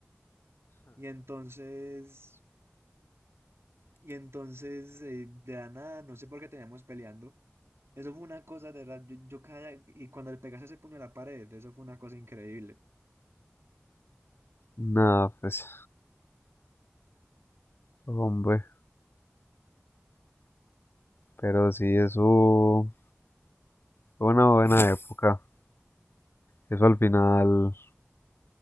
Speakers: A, on the right; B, on the left.
A: Y entonces... Y entonces, eh, de la nada, no sé por qué teníamos peleando. Eso fue una cosa de verdad. Yo, yo cada. Y cuando el Pegaso se puño a la pared, eso fue una cosa increíble.
B: Nada, pues, hombre, pero sí, eso fue una buena época. Eso al final,